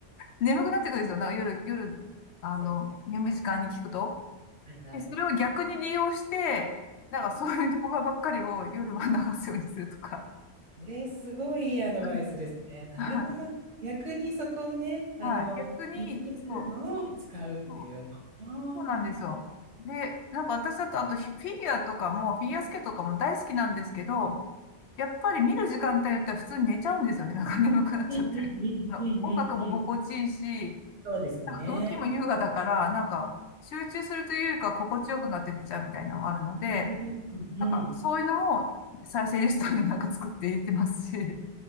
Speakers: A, on the left (about 70°); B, on the right (about 80°).
A: 眠くなってくるんですよ。なんか夜、夜、あの、
B: そっか。
A: 眠い時間に聞くと。
B: はいはい。
A: で、それを逆に利用して、なんかそういう動画ばっかりを夜は流すようにするとか。
B: なるほど。これ、すごいいいアドバイスですね。
A: <laughs>
B: なるほどね。
A: はい。
B: 逆にそこをね、あの、
A: はい逆に、
B: 眠くなるのを使うっていう。
A: そう、そう、
B: あ
A: そうなんですよ。
B: あ、なるほど。
A: で、なんか私だと、あとフィフィギュアとかも、フィギュアスケートとかも大好きなんですけど、やっぱり見る時間帯によっては普通に寝ちゃうんですよね。なんか眠くなっちゃって。
B: うんうんうんうんうんうん。
A: あの音楽も心地いいし、
B: そうですよね。
A: 動きも優雅だから、なんか、集中するというよりかは心地よくなって寝ちゃうみたいなのがあるので、
B: なるほど。うん。
A: なんか、そういうのも再生リストになんか作って入れてますし。